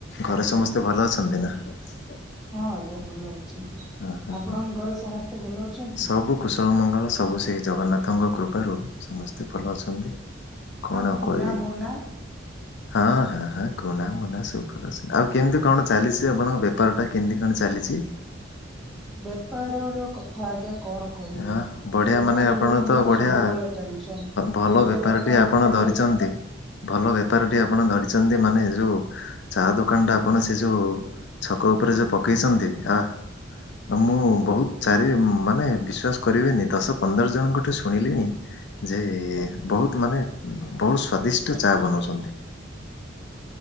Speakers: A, on the left; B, in the centre.
A: ଘରେ
B: ଆଜ୍ଞା।
A: ସମସ୍ତେ ଭଲ ଅଛନ୍ତି ନା? <unintelligible>
B: ହଁ ଆଜ୍ଞା ଭଲ ଅଛ ଅଛନ୍ତି,
A: ହଁ ହଁ
B: ଆପଣଙ୍କ
A: ହଁ
B: ଘରେ ସମସ୍ତେ ଭଲ ଅଛନ୍ତି?
A: ସବୁ କୁଶଳ ମଙ୍ଗଳ ସବୁ ସେଇ ଜଗନ୍ନାଥଙ୍କ କୃପା ାରୁ ସମସ୍ତେ ଭଲ ଅଛନ୍ତି। କଣ
B: ଆଉ କୁନା
A: କହିବି
B: ମୁନା?
A: ହଁ ହଁ ହଁ କୁନା ମୁନା ସବୁ ଭଲ ଅଛନ୍ତି ଆଉ କେମିତି କଣ ଚାଲିଛି ଆପଣଙ୍କ ବେପାର ଟା କେମିତି କଣ ଚାଲିଛି?
B: ବେପାର ର କଥା ଆଜ୍ଞା କଣ କହିବେ?
A: ହ ବଢିଆ
B: ବେପାରୀ
A: ମାନେ ଆପଣ
B: ଲୋକଙ୍କର
A: ତ ବଢିଆ
B: ସବୁବେଳେ ଟେନସନ୍।
A: ଭଲ
B: କେବେ
A: ବେପାରଟି
B: ବେପାର
A: ଆପଣ
B: ଉପରେ
A: ଧରିଛନ୍ତି ଭଲ ବେପାରଟି ଆପଣ ଧରିଛନ୍ତି ମାନେ ାନ ଯୋଉ ଚା ଦୋକାନ ଟା ଆପଣ ସେ ଯୋଉ ଛକ ଉପରେ ଯୋଉ ପକେଇଛନ୍ତି ଆ ମୁଁ ବହୁତ ଚାରି ମାନେ ବି ବିଶ୍ଵାସ କରିବେନି ଦଶ ପନ୍ଦର ଜଣଙ୍କ ଠୁ ଶୁଣିଲିଣି ଯେ ବହୁତ ମାନେ ବହୁତ ସ୍ଵାଦିଷ୍ଟ ଚା ବନଉଛନ୍ତି।